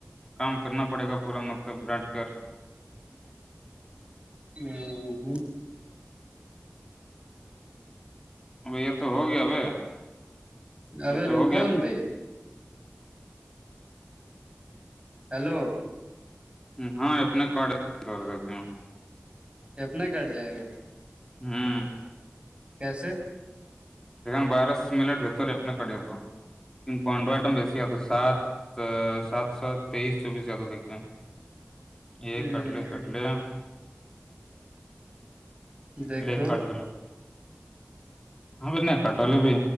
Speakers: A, on the left (about 15°); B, on the right (about 25°).
A: کام کرنا پڑے گا پورا مطلب ڈانٹ کر
B: ھمم
A: اب یہ تو ہو گیا اب
B: ابھی
A: یہ تو
B: رکون
A: ہو گیا <unintelligible>
B: بھائی ہیلو
A: ہاں اپنے کارڈ تو دیتے ہیں
B: اپنا کٹ جائے گا <unintelligible>
A: ہاں
B: کیسے
A: سن بارہس منٹ بتری اپنے کٹ دو <unintelligible> پونرہ آئٹم بسی ہے تو سات سات سو تیئیس چوبیس یہ تو دیکے
B: <inaudible>
A: یہ
B: ہ
A: کٹل کٹل <unintelligible>
B: دیکھو
A: پلیک کاٹ گلو <unintelligible> ہاں بھی نہیں کٹوول بھی